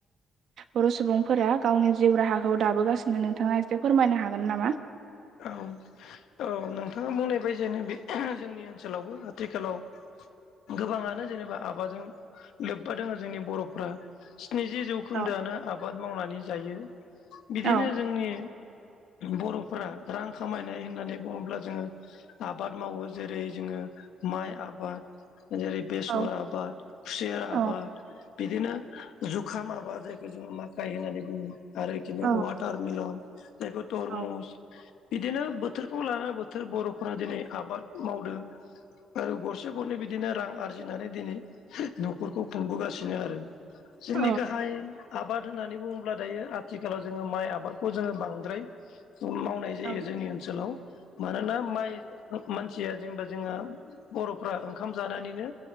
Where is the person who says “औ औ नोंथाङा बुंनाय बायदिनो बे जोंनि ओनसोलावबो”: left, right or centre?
Left